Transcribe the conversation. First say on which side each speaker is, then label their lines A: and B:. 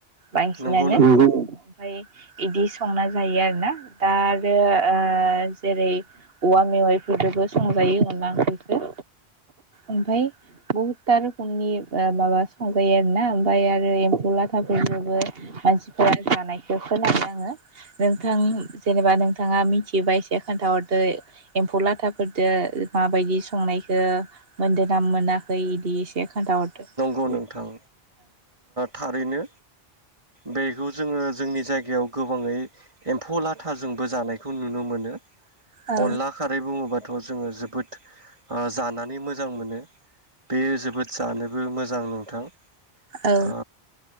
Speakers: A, on the right; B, on the right.
A: बांसिनानो
B: नंगौ नोंथां
A: ओमफाय। इदि संना जायो आरो ना दा आरो ओ जेरै औवा मेवाइफोरजोंबो संजायो अनला ओंख्रिखौ ओमफाय बुहुदथा रोखोमनि ओ माबा, संजायो आरोना ओमफाय आरो एम्फौ लाथाफोरजोंबो मानसिफोरा जानायखौ खोनानो आङो नोंथां जेनेबा नोंथाङा मिथियोबा एसे खोन्थाहरदो एम्फौ लाथाफोरदो माबायदि संनायखो मोनदो ना मोनाखै बिदि एसे, खोनथा हरदो
B: नंगौ नोंथां थारैनो बेखौ जोङो जोंनि जायगायाव गोबाङै एम्फौ लाथाजोंबो जानायखौ नुनो मोनो।
A: औ
B: अनला खारै बुङोबा थ जोङो जाबोद ओ जानानै मोजां मोनो बेयो जोबोद जानो ओ मोजां नोंथां,
A: औ
B: अ।